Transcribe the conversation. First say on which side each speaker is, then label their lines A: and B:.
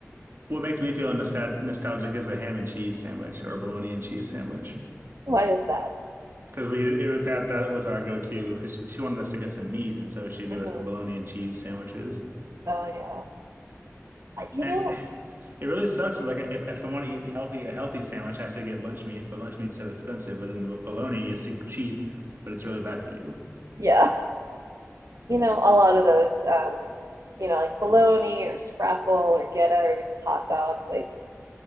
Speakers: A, on the right; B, on the right.
A: What makes me feel nostal nostalgic is a ham and cheese sandwich or a bologna and cheese sandwich.
B: Why is that?
A: Because we it, was- that that was our go-to because she wanted us to get some meat and so she'd give
B: hmm
A: us the bologna and cheese sandwiches.
B: Oh yeah. I- You
A: And
B: know.
A: it really sucks. Like if, if I want to eat healthy, a healthy sandwich, I have to get lunch meat, but lunch meat's so expensive. But then the bologna
B: Mhm.
A: is super cheap, but
B: Mhm.
A: it's really bad for you.
B: Yeah. You know, a lot of those, um, you know, like bologna or scrapple or geta or even hot dogs, like